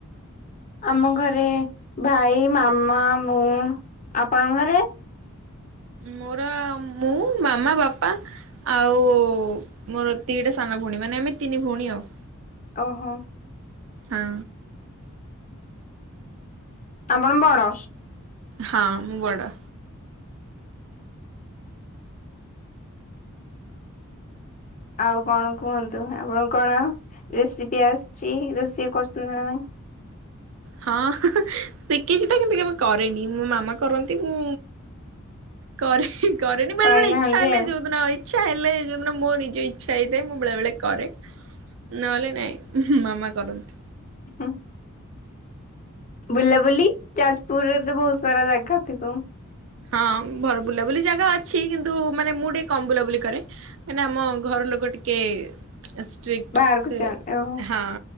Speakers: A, on the left; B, on the right.
A: ଆମ ଘରେ ଭାଇ ମାମା ମୁଁ ଆପଣଙ୍କ ଘରେ
B: ମୋର ମୁଁ ମାମା ବାପା ଆଉ ମୋର ଦିଟା ସାନ ଭଉଣୀ ମାନେ ଆମେ ତିନି ଭଉଣୀ ଆଉ।
A: ଓହୋ
B: ହଁ।
A: ଆପଣ ବଡ?
B: ହଁ ମୁଁ ବଡ।
A: ଆଉ କଣ କୁହନ୍ତୁ ଆପଣ କଣ ରେସିପି ଆସିଚି ରୋଷେଇ କରୁଛନ୍ତି ନା ନାଇଁ?
B: ହଁ ଶିଖିଛି ତ କିନ୍ତୁ କେବେ କରେନି ମୋ ମାମା କରନ୍ତି ମୁଁ କରେ କରେନି ବେଳେ
A: କରିନାହାନ୍ତି
B: ବେଳେ ଇଚ୍ଛା ହେଲେ
A: ଆଉ
B: ଯୋଉଦିନ ଏ ଇଚ୍ଛା ହେଲେ ଯୋଉଦିନ ମୋ ନିଜ ଇଚ୍ଛା ହେଇଥାଏ ମୁଁ ବେଳେ ବଳେ କରେ ନହେଲେ ନାଇଁ ମାମା କରନ୍ତି।
A: ହୁଁ। ବୁଲାବୁଲି ଯାଜପୁର ରେ ତ ବହୁତ ସାରା ଜାଗା ଥିବ?
B: ହଁ ଭ ବୁଲାବୁଲି ଜାଗା ଅଛି କିନ୍ତୁ ମାନେ ମୁଁ ଟିକେ କମ ବୁଲାବୁଲି କରେ କ ଆମ ଘର ଲୋକ ଟିକେ ଏ ଷ୍ଟ୍ରିକଟ
A: ବାହାରକୁ ଯା ଓହୋ
B: ହଁ